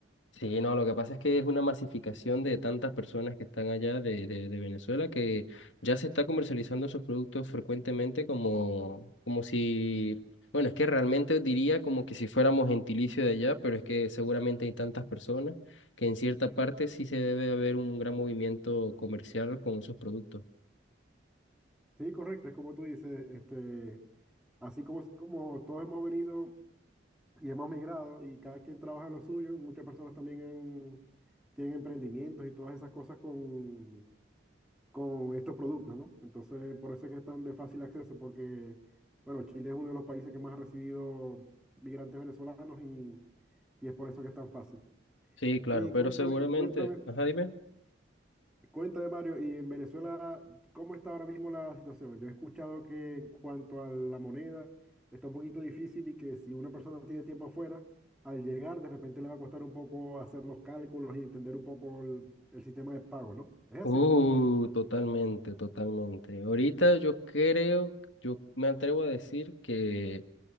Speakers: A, on the left; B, in the centre.
A: Sí, no, lo que pasa es que es una masificación de tantas personas que están allá de, de, de Venezuela que ya se está comercializando esos productos frecuentemente como, como si, bueno, es que realmente diría como que si fuéramos gentilicio de allá, pero es que seguramente hay tantas personas que en cierta parte sí se debe haber un gran movimiento comercial con esos productos.
B: Sí, correcto, es como tú dices, este, así como, como todos hemos venido y hemos migrado y cada quien trabaja en lo suyo, muchas personas también han- tienen emprendimientos y todas esas cosas con con estos productos, ¿no? Entonces, por eso es que están de fácil acceso, porque, bueno, Chile es uno de los países que más ha recibido migrantes venezolanos y, y es por eso que es tan fácil.
A: Sí, claro,
B: Y
A: pero
B: cuéntame,
A: seguramente,
B: cuéntame,
A: ajá, dime.
B: cuéntame, Mario, y en Venezuela, ¿cómo está ahora mismo la situación? Yo he escuchado que en cuanto a la moneda, está un poquito difícil y que si una persona tiene tiempo afuera, al llegar, de repente le va a costar un poco hacer los cálculos y entender un poco el, el sistema de pago, ¿no? ¿Es así?
A: Uh, totalmente, totalmente. Ahorita yo creo, yo me atrevo a decir que...